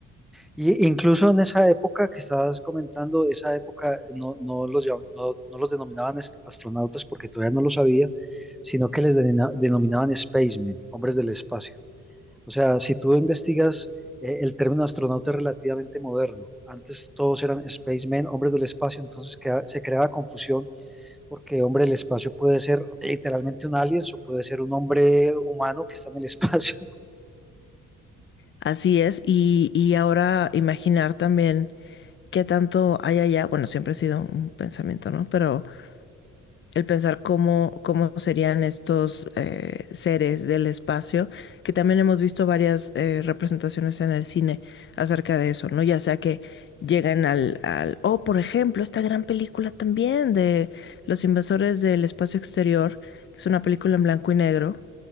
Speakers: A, in the centre; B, on the left.
A: Y incluso en esa época que estabas comentando, esa época no, no los, llam- no, no los denominaban est- astronautas porque todavía no lo sabía, sino que les denomina- denominaban spacemen, hombres del espacio. O sea, si tú investigas, eh, el término astronauta es relativamente moderno. Antes todos eran spacemen, hombres del espacio, entonces queda- se creaba confusión porque hombre del espacio puede ser literalmente un alien o puede ser un hombre humano que está en el <laughs> espacio.
B: Así es. Y, y ahora imaginar también qué tanto hay allá. Bueno, siempre ha sido un pensamiento, ¿no? Pero el pensar cómo, cómo serían estos eh, seres del espacio, que también hemos visto varias eh, representaciones en el cine acerca de eso, ¿no? Ya sea que llegan al, al, o por ejemplo, esta gran película también de Los Invasores del Espacio Exterior, que es una película en blanco y negro,